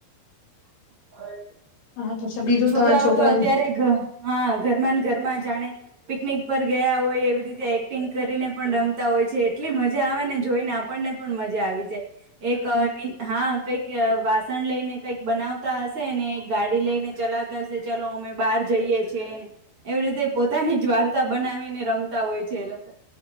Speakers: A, on the right; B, on the left.
A: <inaudible>
B: હા તો બીજું
A: છોકરાઓ
B: તમારા છોકરાને
A: તો અત્યારે ઘ, હા. ઘરમાંન ઘરમાં જાણે પિકનિક પર ગયા હોય એવી રીતે એક્ટિંગ કરીને પણ રમતા હોય છે, એટલી મજા આવે ને જોઈને આપણને પણ મજા આવી જાય. એક અહ <unintelligible> હા. કંઈક વાસણ લઈને કંઈક બનાવતા હશે, ને ગાડી લઈને ચલાવતા હશે, ચલો અમે બહાર જઈએ છે ને, એવી રીતે પોતાની જ વાર્તા બનાવીને રમતા હોય છે એ લોકો.